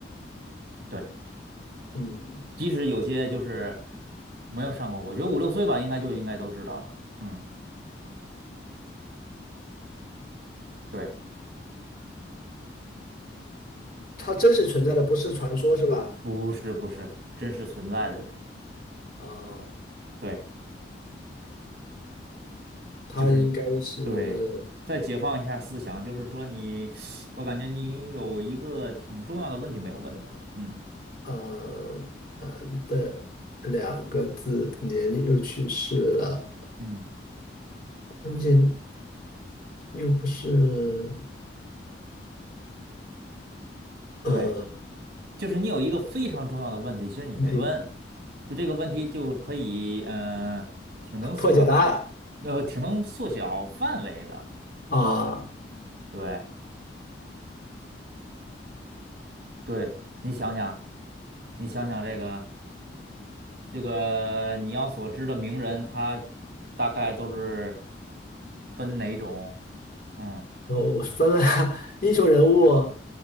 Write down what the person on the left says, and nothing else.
嗯。
它真实存在的不是传说是吧？
啊、
它应该是
呃男的两个字，年龄又去世了，
关键又不是
呃
问题
破解答案
啊，
我我分了 <laughs> 英雄人物